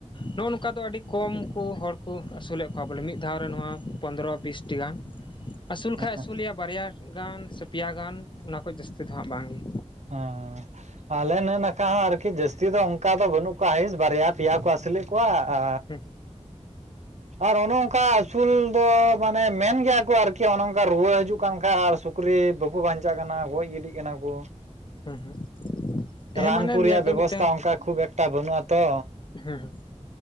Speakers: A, on the left; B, on the right.
A: ᱱᱚᱜᱼᱚᱭ ᱱᱚᱝᱠᱟ ᱫᱚ ᱟᱹᱰᱤ ᱠᱚᱢ ᱩᱱᱠᱩ ᱦᱚᱲ ᱠᱚ ᱟᱹᱥᱩᱞᱮᱫ ᱠᱚᱣᱟ ᱵᱚᱞᱮ ᱢᱤᱫ ᱫᱷᱟᱣ ᱨᱮ ᱱᱚᱶᱟ ᱯᱚᱱᱫᱽᱨᱚ ᱵᱤᱥ ᱴᱤᱡ ᱜᱟᱱ ᱟᱹᱥᱩᱞ ᱠᱷᱟᱱᱡ
B: ᱦᱮᱸ
A: ᱟᱹᱥᱩᱞᱮᱭᱟ ᱵᱟᱨᱭᱟ ᱜᱟᱱ ᱥᱮ ᱯᱮᱭᱟ ᱜᱟᱱ ᱚᱱᱟ ᱠᱚ ᱡᱟᱹᱥᱛᱤ ᱫᱚ ᱦᱟᱸᱜ ᱵᱟᱝᱜᱮ
B: ᱦᱟᱸ ᱟᱞᱮ ᱱᱮ ᱱᱟᱠᱷᱟ ᱦᱚᱸ ᱟᱨᱠᱤ ᱡᱟᱹᱥᱛᱤ ᱫᱚ ᱚᱱᱠᱟ ᱫᱚ ᱵᱟᱹᱱᱩᱜ ᱠᱚᱣᱟ ᱦᱟᱭᱥ ᱵᱟᱨᱭᱟ ᱯᱮᱭᱟ ᱟᱥᱩᱞᱮᱫ ᱠᱚᱣᱟᱜ ᱟᱼ
A: ᱦᱮᱸ
B: ᱟᱨ ᱚᱱᱮ ᱚᱱᱠᱟ ᱟᱹᱥᱩᱞ ᱫᱚ ᱢᱟᱱᱮ ᱢᱮᱱ ᱜᱮᱭᱟ ᱠᱚ ᱟᱨᱠᱤ ᱚᱱᱮ ᱚᱱᱠᱟ ᱨᱩᱣᱟᱹ ᱦᱤᱡᱩᱜ ᱠᱟᱱ ᱠᱷᱟᱱ ᱟᱨ ᱥᱩᱠ ᱥᱩᱠᱨᱤ ᱵᱟᱠᱚ ᱵᱟᱧᱪᱟᱜ ᱠᱟᱱᱟ ᱜᱚᱡ ᱜᱤᱰᱤᱜ ᱠᱟᱱᱟ ᱠᱚ
A: ᱦᱮᱸ ᱦᱮᱸ ᱦᱮᱸ
B: ᱨᱟᱱ
A: ᱢᱟᱱᱮ
B: ᱠᱚ
A: ᱱᱤᱭᱟᱹ
B: ᱨᱮᱭᱟᱜ
A: ᱫᱚ
B: ᱵᱮᱵᱚᱥᱛᱟ
A: ᱢᱤᱫᱴᱟᱝ
B: ᱚᱱᱠᱟ ᱠᱷᱩᱵ ᱮᱠᱴᱟ ᱵᱟᱹᱱᱩᱜᱼᱟ ᱛᱚ
A: ᱦᱮᱸ